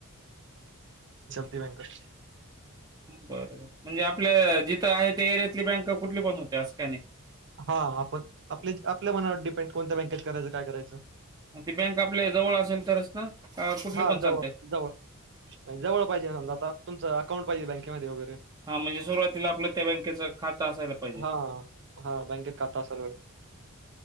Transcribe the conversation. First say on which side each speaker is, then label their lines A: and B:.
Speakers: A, on the right; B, on the right.
A: दिव्यांकश
B: बर म्हणजे आपल्या जिथं आहे त्या एरियातली बँका कुठली पण होते अस काय नाही.
A: हा आपण आपल्या आपल्या मनावर डिपेंड कोणत्या बँकेेत करायचं काय करायचं.
B: म ती बँक आपल्या जवळ असेल तरच ना का कुठली
A: हा
B: पण चालते
A: जवळ जवळ जवळ पाहिजे समजा आता तुमचं अकाउंट पाहिजे बँकमध्ये वगैरे
B: हा म्हणजे सुरुवातीला आपलं त्या बँकेच खात असायला पाहिजे.
A: हा हा बँकेत खाता असेल व्हय